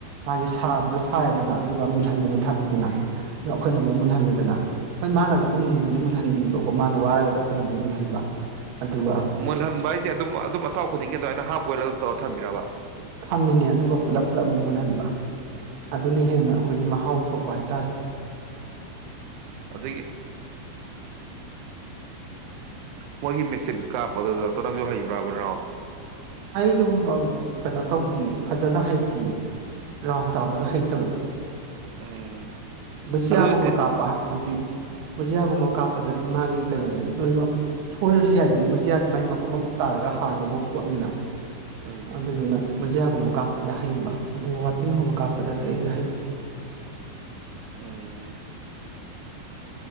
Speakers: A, on the right; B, on the right.
A: ꯃꯥꯒꯤ ꯁꯥꯕꯗꯣ ꯁꯥꯏꯔꯗꯅ ꯑꯗꯨꯒ ꯃꯨꯜꯍꯟꯗꯅ ꯊꯝꯃꯦꯗꯅ ꯑꯗꯣ ꯑꯩꯈꯣꯏ ꯑꯃꯨꯛ ꯃꯨꯜꯍꯜꯂꯦꯅ ꯍꯣꯏ ꯃꯥꯅꯁꯨ ꯑꯗꯨꯝ ꯃꯨꯟꯕꯗꯤ ꯃꯨꯜꯍꯟꯕꯤꯕꯀꯣ ꯃꯥꯅ ꯋꯥꯔꯒꯗꯤ ꯑꯩꯈꯣꯏꯅ ꯑꯃꯨꯛ ꯃꯨꯜꯍꯟꯕ ꯑꯗꯨꯒ
B: ꯃꯨꯜꯍꯟꯕ ꯍꯥꯏꯁꯦ ꯑꯗꯨꯝ ꯑꯗꯨꯝ ꯑꯊꯥꯎ ꯈꯨꯗꯤꯡꯒꯤ ꯑꯗꯨꯃꯥꯏꯅ ꯍꯥꯞ ꯕꯣꯏꯜ ꯑꯗꯨꯝ ꯇꯣꯊꯃꯤꯔꯕ
A: ꯊꯝꯃꯤꯅꯦ ꯑꯗꯨꯒ ꯄꯨꯂꯞ ꯄꯨꯜꯂꯞ ꯑꯃꯨꯛ ꯃꯨꯜꯍꯟꯕ ꯑꯗꯨꯅ ꯍꯦꯟꯅ ꯑꯩꯈꯣꯏꯒꯤ ꯃꯍꯥꯎ ꯊꯣꯛꯄ ꯍꯥꯏ ꯇꯔꯦ
B: ꯑꯗꯒꯤ ꯃꯣꯏꯒꯤ ꯃꯦꯁꯤꯤꯟ ꯀꯥꯞꯄ ꯑꯗꯨꯗ ꯇ ꯅꯪꯁꯨ ꯍꯩ ꯔꯕꯔ ꯔꯥꯎꯟꯗ
A: ꯑꯩꯗꯨ ꯀꯩꯅꯣ ꯇꯧꯗꯦꯌꯦ ꯐꯖꯅ ꯍꯩꯇꯌꯦ ꯔꯥꯎꯟ ꯇꯥꯕꯗ ꯍꯩꯇꯕꯗꯣ
B: ꯎꯝ
A: ꯕꯨꯖꯤꯌꯥꯒꯨꯝꯕ
B: ꯑꯗꯨꯗꯤ
A: ꯀꯥꯞꯄ ꯍꯥꯏꯕꯁꯤꯗꯤ ꯕꯨꯖꯤꯌꯥꯒꯨꯝꯕ ꯀꯥꯞꯄꯗꯗꯤ ꯃꯥꯒꯤ ꯀꯩꯅꯣꯁꯦ ꯂꯣꯏꯅꯃꯛ ꯁꯣꯏꯔꯁꯨ ꯌꯥꯏꯗꯅ ꯕꯨꯖꯤꯌꯥꯗꯤ ꯃꯥꯏ ꯃꯀꯨꯞ ꯃꯀꯨꯞ ꯇꯥꯔꯒ ꯍꯥꯟꯗꯧꯕ ꯄꯣꯠꯅꯤꯅ
B: ꯎꯝ
A: ꯑꯗꯨꯗ ꯑꯗꯨꯅ ꯕꯨꯖꯤꯌꯥꯒꯨꯝꯕ ꯀꯥꯞꯄꯗ ꯍꯩꯌꯦꯕ ꯑꯗꯨ ꯋꯥꯇꯤꯟꯒꯨꯝꯕ ꯀꯥꯞꯄꯗꯗꯤ ꯑꯩꯗꯤ ꯍꯩꯇꯦ
B: ꯎꯝ